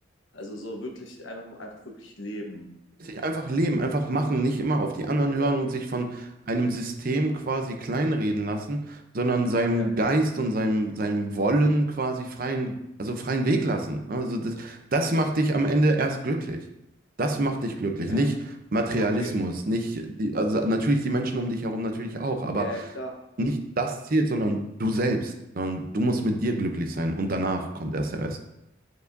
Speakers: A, on the left (about 70°); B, on the right (about 45°).
A: Also so wirklich einfach, einfach wirklich leben.
B: einfach leben, einfach machen, nicht immer auf die anderen
A: Ja,
B: hören und sich von einem System quasi kleinreden lassen, sondern seinem
A: ja.
B: Geist und seinem, seinem Wollen quasi freien, also freien Weg lassen. Also das, das macht dich am Ende erst glücklich. Das macht dich glücklich,
A: Ja,
B: nicht Materialismus,
A: okay.
B: nicht die, also natürlich die Menschen um dich herum natürlich auch, aber
A: Ja, ja, klar.
B: nicht das zählt, sondern du selbst. Sondern du musst mit dir glücklich sein und danach kommt erst der Rest.